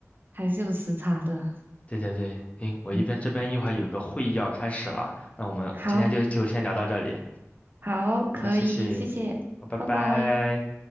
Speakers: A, on the right (about 40°); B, on the left (about 25°).
A: 还是有时差的。
B: 对对对，行，我一边这边一会儿有个会议要开始了，
A: 嗯，
B: 那我们今天就就先聊到这里，
A: 好，好，可以，
B: 好，谢谢，
A: 谢谢，
B: 好，拜拜。
A: 拜拜。